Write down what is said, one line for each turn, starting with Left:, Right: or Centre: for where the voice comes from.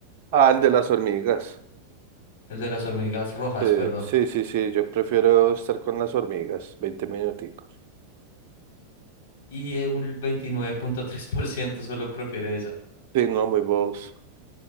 Right: Ah, el de las hormigas.
Left: El de las hormigas rojas,
Right: Sí,
Left: perdón.
Right: sí, sí, sí, yo prefiero estar con las hormigas, 20 minuticos.
Left: Y eh, un veintinueve punto tres por ciento solo prefiere esa.
Right: Sí, no, muy bobos.